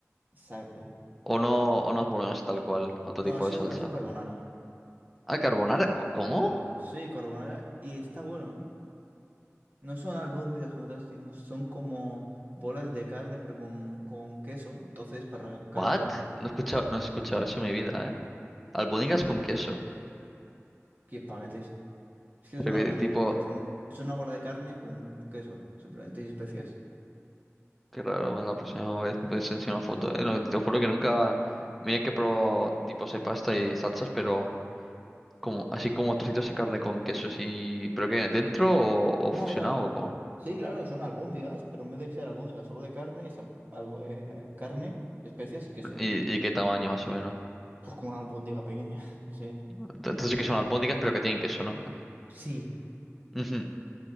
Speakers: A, on the right; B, in the centre.
A: Exacto.
B: O no,
A: Madre.
B: o no es boloñesa tal cual, otro
A: No,
B: tipo
A: ha sido,
B: de salsa.
A: ha sido carbonara.
B: Ah, carbonara. ¿Cómo?
A: Sí, carbonara. Y está bueno, ¿eh? No son albóndigas como tal, sino son como bolas de carne, pero con, con queso. Entonces, para carbonara,
B: ¿What?
A: que,
B: No he escuchado, no he escuchado eso en mi vida, ¿eh? Albóndigas con queso.
A: que espaguetis. Es que
B: Pero
A: no son albóndigas
B: que tipo,
A: como tal, son, son una bola de carne con queso, simplemente y especias.
B: qué raro, bueno, la próxima vez me puedes enseñar una foto, ¿eh? No, te juro que nunca. Mira que he probado tipos de pasta y salsas, pero. Como, así como trocitos de carne con queso y... ¿Pero qué? ¿Dentro o, o
A: No,
B: fusionado
A: era...
B: o cómo?
A: Sí, claro, son albóndigas, pero en vez de ser albóndigas solo de carne, es al- al- eh, carne, especias y queso.
B: ¿Y, y qué tamaño más o menos?
A: Pues como una albóndiga pequeña, <laughs> no sé.
B: Ent- Entonces sí que son albóndigas pero que tienen queso, ¿no?
A: Sí,
B: Ujú.